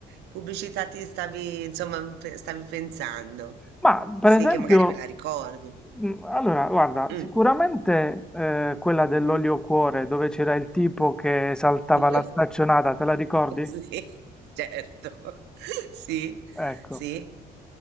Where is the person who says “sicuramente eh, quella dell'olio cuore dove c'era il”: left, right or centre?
Centre